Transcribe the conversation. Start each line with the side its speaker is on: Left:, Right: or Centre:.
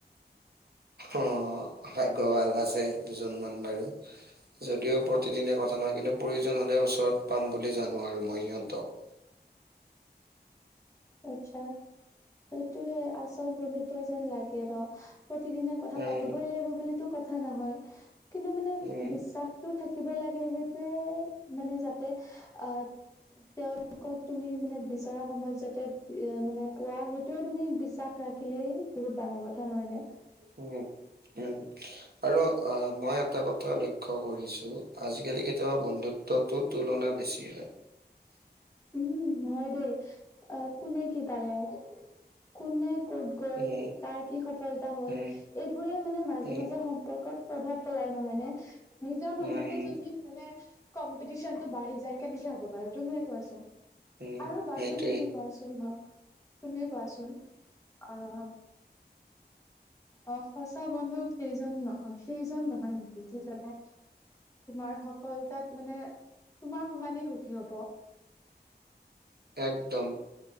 Right: অ ভাগ্য ভাল আছে দুজনমান বাৰু। যদিও প্ৰতিদিনে কথা নহয় কিন্তু প্ৰয়োজন হ'লে ওচৰত পাম বুলি জানো আৰু মই সিহঁতক।
Left: আচ্ছা সেইটোৱে আচল বন্ধুত্ব যেন লাগে ন। প্ৰতিদিনে কথা
Right: উম
Left: পাতিবই লাগিব বুলিতো কথা নহয়। কিন্তু মানে
Right: উম
Left: বিশ্বাসতটো থাকিব লাগে সেইটোৱে মানে যাতে। অ তেওঁলোকক তুমি মানে বিচৰা। সময়ত যাতে মানে পোৱা সেইটোয়ে তুমি বিশ্বাস ৰাখিলেই বহুত ডাঙৰ কথা নহয়নে।
Right: উম। উম আৰু অ মই এটা কথা লক্ষ্য। লক্ষ্য কৰিছোঁ আজিকালি কেতিয়াবা বন্ধুত্বটো তুলনা বেছি হয়।
Left: উম হয় দেই কোনে কি পালে কোনে ক'ত। গ'ল
Right: উম,
Left: কাৰ। কি সফলতা হ'ল
Right: উম,
Left: এইবোৰে মানে মাজে
Right: উম,
Left: মাজে সম্পৰ্কত প্ৰভাৱ পেলাই নহয় নে। নিজৰ মাজতে
Right: উম,
Left: যদি মানে কম্পিটিশনতটো বাঢ়ি যায় কেনেকে হ'ব বাৰু তুমিএ। কোৱাচোন
Right: উম,
Left: আৰু বাকী
Right: সেইটোৱে
Left: তুমি। কোৱাচোন মোক তুমিএ কোৱাচোন অ। অ সঁচা বন্ধু কেইজন ন সেইজন নহয় নেকি যিজনে। তোমাৰ সফলতাত মানে তোমাৰ সমানেই সুখী হ'ব।
Right: একদম